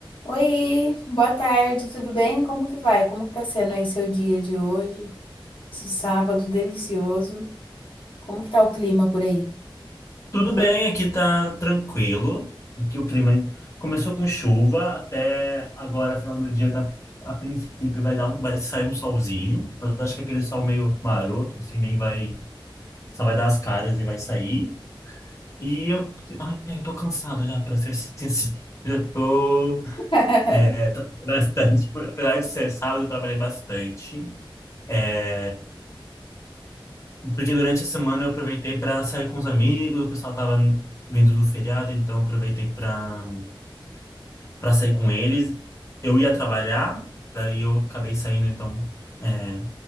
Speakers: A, on the left; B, on the left.
A: Oi, boa tarde, tudo bem? Como que vai? Como que tá sendo aí seu dia de hoje? Esse sábado delicioso. Como que tá o clima por aí?
B: Tudo bem, aqui tá tranquilo. Aqui o clima começou com chuva, até agora, final do dia, tá, a princípio vai dar um, vai sair um solzinho, mas acho que aquele sol meio maroto, assim, nem vai, só vai dar as caras e vai sair. E eu, ai, eu tô cansado já, pra ser sincero. Eu tô
A: <laughs>
B: é, bastante, por- apesar de ser sábado, eu trabalhei bastante. é, Porque durante a semana eu aproveitei para sair com os amigos, o pessoal tava vindo do feriado, então eu aproveitei para para sair com eles. Eu ia trabalhar, daí eu acabei saindo, então, é,